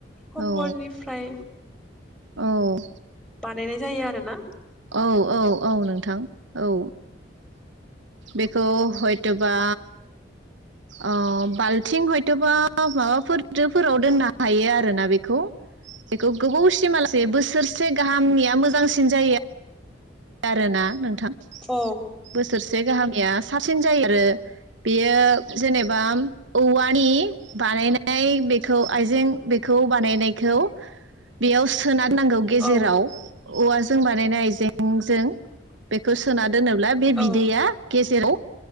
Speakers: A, in the centre; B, on the right.
A: खफरनिफ्राय
B: औ औ
A: बानायनाय जायो आरोना
B: औ औ औ नोंथां औ बेखौ हयथ' बा ओ बाल्थिं हयथबा माबाफोरफोराव दोननो हायो आरोना बेखौ बेखौ गोबावसिमालासे बोसोरसे गाहामनिया मो मोजांसिन जायो। आरोना नोंथां।
A: औ
B: बोसोरसे गाहामया साबसिन जायो आरो बेयो जेनेबा औवानि बानायनाय बेखौ आइजें बेखौ बानायनायखौ बेयाव सोनारनांगौ गेजेराव।
A: औ
B: औवाजों बानायनाय जों बेखौ सोना दोनोब्ला बे बिदैया
A: औ
B: गेजेराव